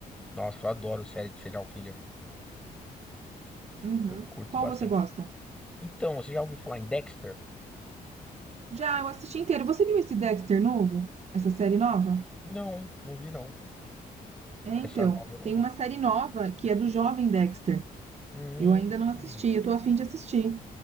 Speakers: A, in the centre; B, on the right.
A: Nossa, eu adoro série de serial killer.
B: Uhum.
A: Eu curto
B: Qual
A: bastante.
B: você gosta?
A: Então, você já ouviu falar em Dexter?
B: Já, eu assisti inteiro. Você viu esse Dexter novo? Essa série nova?
A: Não, não vi não.
B: É,
A: Essa
B: então.
A: nova eu não
B: Tem
A: vi.
B: uma série nova que é do jovem Dexter.
A: Hum.
B: Eu ainda não assisti, eu tô a fim de assistir.